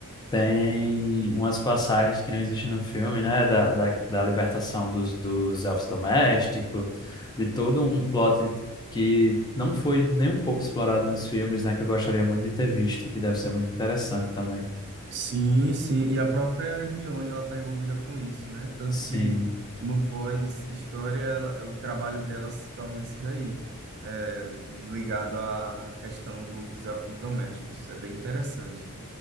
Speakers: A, on the left; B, on the right.
A: Tem umas passagens que não existem no filme, né? Da, da, da libertação dos, dos elfos domésticos, de todo um plot que não foi nem um pouco explorado nos filmes, né? Que eu gostaria muito de ter visto, que deve ser muito interessante também.
B: Sim, sim, e a própria Hermione ela está envolvida com isso, né? Tanto
A: Sim,
B: que no pós-história ela- o trabalho dela se torna esse daí, é, ligado à, à questão do- dos elfos domésticos. É bem interessante.